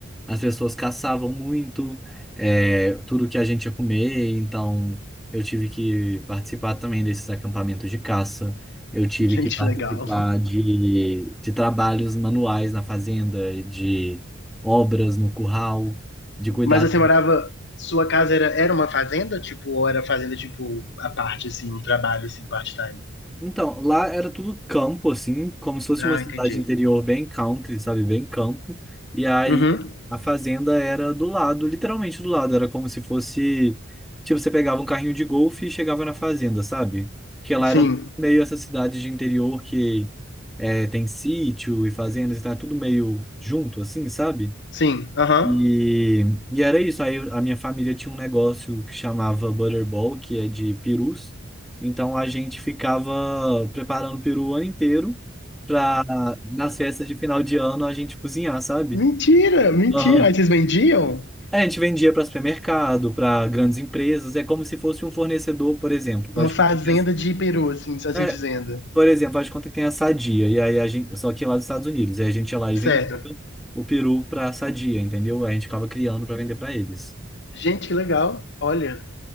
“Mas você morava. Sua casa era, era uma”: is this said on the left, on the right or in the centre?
Left